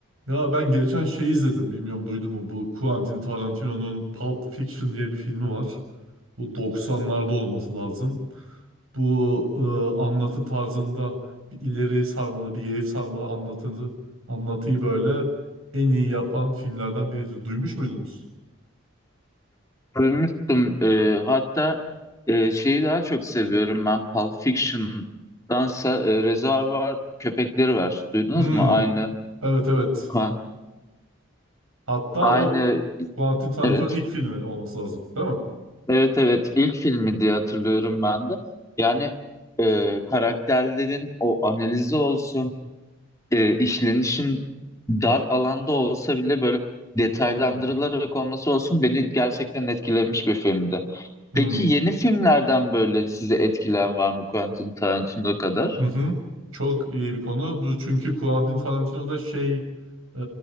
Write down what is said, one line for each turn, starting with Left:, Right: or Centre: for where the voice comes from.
Right: Ya ben geçen şey izledim bilmiyorum duydun mu bu Quentin Tarantino'nun Pulp Fiction diye bir filmi var. Bu 90'larda olması lazım. Bu e, anlatı tarzında bir ileri sarmalı bir geri sarmalı anlatını, anlatıyı böyle en iyi yapan filmlerden biridir. Duymuş muydunuz?
Left: Duymuştum. Ee, hatta e, şeyi daha çok seviyorum ben Pulp Fiction'dansa e, Reservoir Köpekleri var. Duydunuz
Right: Hmm,
Left: mu? Aynı
Right: evet evet.
Left: kan.
Right: Hatta
Left: Aynı
Right: o Quentin Tarantino'nun
Left: evet.
Right: ilk filmi olması lazım değil mi?
Left: Evet evet ilk filmi diye hatırlıyorum ben de. Yani e, karakterlerin o analizi olsun e, işlenişin dar alanda olsa bile böyle detaylandırılarak
Right: Hmm.
Left: olması olsun beni gerçekten etkilemiş bir filmdi.
Right: Hmm.
Left: Peki yeni filmlerden böyle sizi etkilen var mı Quentin Tarantino kadar?
Right: Hı hı. Çok iyi bir konu. Bu çünkü Quentin Tarantino'da şey e,